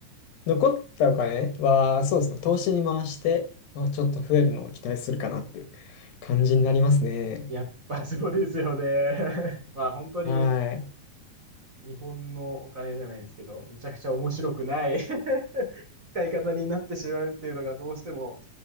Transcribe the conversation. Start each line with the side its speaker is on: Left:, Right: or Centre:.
Left: 残ったお金は、そうですね、投資に回して、まあ、ちょっと増えるのを期待するかなって感じになりますね。
Right: やっぱそうですよね。<laughs> まあ本当に
Left: はい。
Right: 日本のお金じゃないですけど、むちゃくちゃ面白くない <laughs> 使い方になってしまうっていうのがどうしても、